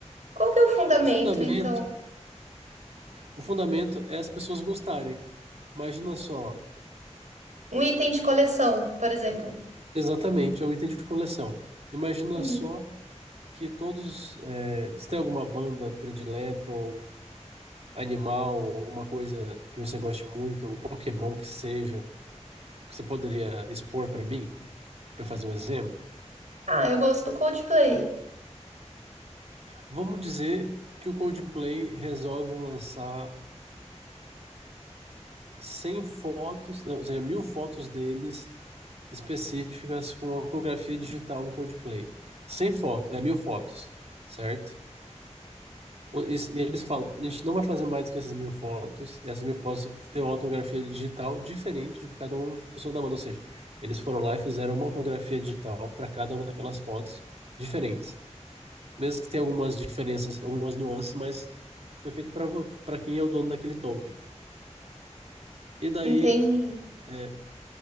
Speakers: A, on the right; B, on the right.
A: Qual que é o fundamento,
B: O fundamento,
A: então?
B: o fundamento é as pessoas gostarem. Imagina só,
A: Um item de coleção, por exemplo.
B: exatamente, é um item de coleção. Imagina
A: Entendi.
B: só que todos, é, se tem alguma banda predileta, ou algum animal, ou alguma coisa que você goste muito, ou Pokémon que seja, que você poderia expor para mim, para fazer um exemplo.
A: Ah, eu gosto do Coldplay.
B: Vamos dizer que o Coldplay resolve lançar 100 fotos, ou seja, mil fotos deles específicas com ortografia digital no Codeplay. sem foto é mil fotos, certo? O- E e eles falam, a gente não vai fazer mais do que essas mil fotos, e essas mil fotos têm uma ortografia digital diferente de cada uma pessoa da banda. Ou seja, eles foram lá e fizeram uma ortografia digital para cada uma daquelas fotos diferentes. Mesmo que tenha algumas diferenças, algumas nuances, mas foi feito para para quem é o dono daquele token. E daí
A: Entendi.
B: é,